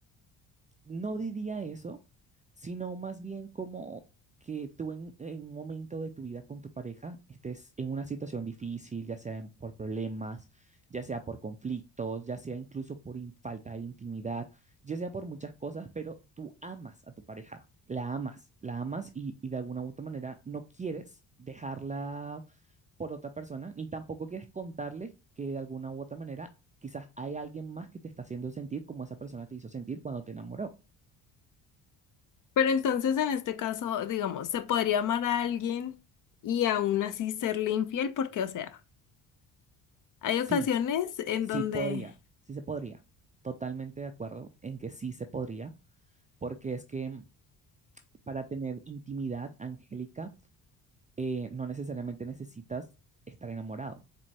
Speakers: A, on the right; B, on the left.
A: no diría eso, sino más bien como que tú en, en un momento de tu vida con tu pareja estés en una situación difícil, ya sea en- por problemas, ya sea por conflictos, ya sea incluso por in- falta de intimidad, ya sea por muchas cosas, pero tú amas a tu pareja, la amas, la amas y, y de alguna u otra manera no quieres dejarla por otra persona, ni tampoco quieres contarle que de alguna u otra manera quizás hay alguien más que te está haciendo sentir como esa persona te hizo sentir cuando te enamoró.
B: Pero entonces en este caso, digamos, se podría amar a alguien y aún así serle infiel, porque, o sea, hay
A: Sí,
B: ocasiones en
A: sí
B: donde,
A: podría, sí se podría. Totalmente de acuerdo en que sí se podría, porque es que mm, para tener intimidad angélica eh, no necesariamente necesitas estar enamorado.